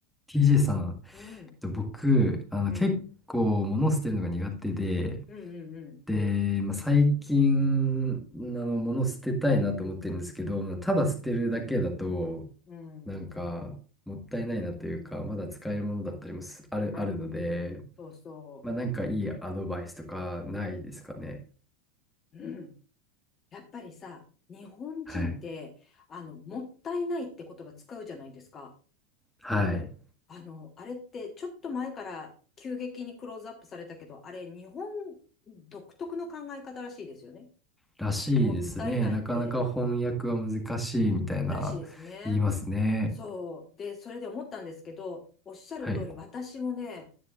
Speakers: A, in the centre; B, on the left.
A: TJ さん、
B: うん、
A: えっと僕、あの、
B: うん、
A: 結構物を捨てるのが苦手で、
B: うん、うん、
A: で、まあ、最近、あの、物を捨てたいなと思ってるんですけど、まあただ捨てるだけだと、
B: うん、うん、
A: なんか、
B: うん
A: もったいないなというか、まだ使えるものだったりもすある、
B: あの、
A: あるので、
B: そうそ
A: まあ、なんかいいアドバイスとかないですかね。
B: う。うん。やっぱりさ、日本人って、
A: はい。
B: あの、もったいないって言葉使うじゃないですか。
A: はい。
B: あの、あれって、ちょっと前から急激にクローズアップされたけど、あれ、日本独特の考え方らしいですよね。
A: らしいですね。
B: もったいないって、
A: なかなか翻訳は難しいみたいな言いますね。
B: らしいですね。そう。で、それで思ったんですけど、おっしゃる通り、
A: はい。
B: 私もね、